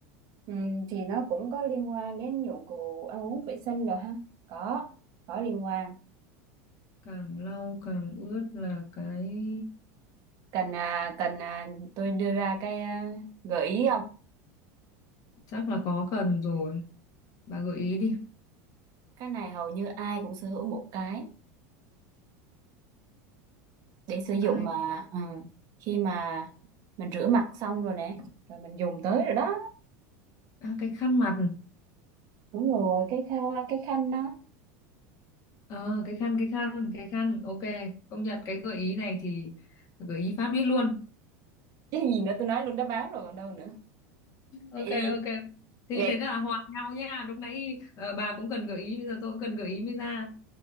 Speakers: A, on the right; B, on the left.
A: Ừ, thì nó cũng có liên quan đến dụng cụ ăn uống vệ sinh rồi ha. Có, có liên quan.
B: càng lau càng ướt là cái
A: Cần à, cần à, tôi đưa ra cái à, gợi ý không?
B: chắc là có cần rồi bà gợi ý đi
A: Cái này hầu như ai cũng sở hữu một cái để sử dụng
B: ai
A: mà ừ, khi mà mình rửa mặt xong rồi nè, rồi mình dùng tới rồi đó.
B: à, cái khăn mặt
A: Đúng rồi, cái khăn cái khăn đó.
B: ờ cái khăn cái khăn cái khăn ok công nhận cái gợi ý này thì gợi ý phát biết luôn
A: Chứ gì nữa tôi nói luôn đáp án rồi còn đâu nữa. Ê,
B: ok ok thì
A: Vậy
B: thế là hòa nhau nha lúc nãy ờ, bà cũng cần gợi ý bây giờ tôi cũng cần gợi ý mới ra